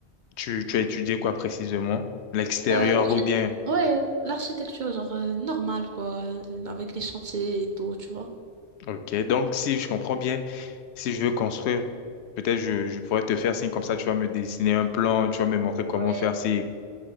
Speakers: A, on the left; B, on the right.
A: Tu, tu as étudié quoi précisément? L'extérieur
B: Euh, l'archi-
A: ou bien?
B: ouais, l'architecture, genre euh, normale, quoi, euh, avec les chantiers et tout, tu vois.
A: OK. Donc, si je comprends bien. Si je veux construire, peut-être je, je pourrais te faire signe comme ça, tu vas me dessiner un plan, tu vas me montrer comment
B: Ouais.
A: faire si.